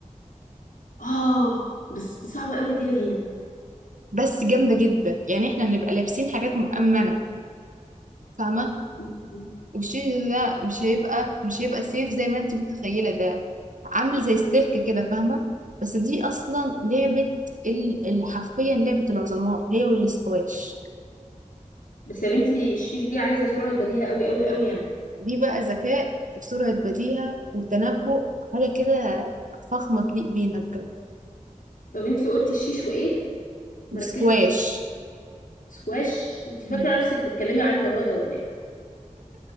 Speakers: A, on the left; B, on the right.
A: اه بس دي صعبه قوي دي يا دينا
B: بس جامده جدا يعني احنا نبقى لابسين حاجات مؤمنه فاهمه
A: مم.
B: والشيش ده مش هيبقى مش هيبقى سيف زي ما انت متخيله ده عامل زي السلك كده فاهمه بس دي اصلا لعبه ال- اللي حرفيا لعبه العظماء هي والسكواش
A: بس يا بنتي الشيش دي عايزه سرعه بديهه قوي قوي قوي يعني
B: دي بقى ذكاء وسرعة بديهة وتنبؤ حاجة كده فخمة تليق بينا بجد
A: طب انتي قلتي الشيش وايه مركزتش
B: سكواش
A: سكواش انتي
B: مم.
A: فاكره نفسك بتكلمي علي براده ولا ايه